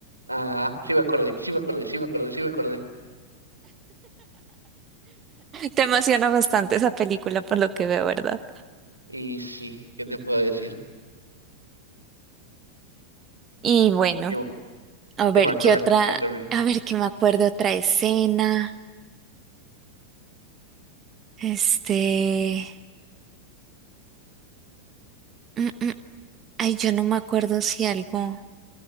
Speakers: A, on the right; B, on the right.
A: Ah, sí me acordé, sí me acordé, sí me acordé, sí me acordé.
B: Te emociona bastante esa película por lo que veo, ¿verdad?
A: Y sí, ¿qué te puedo decir?
B: Y bueno.
A: ¿Qué,
B: A ver,
A: qué más,
B: ¿qué
A: qué más?
B: otra?
A: Cuéntame.
B: A ver, que me acuerdo otra escena. Este. mm, mm, Ay, yo no me acuerdo si algo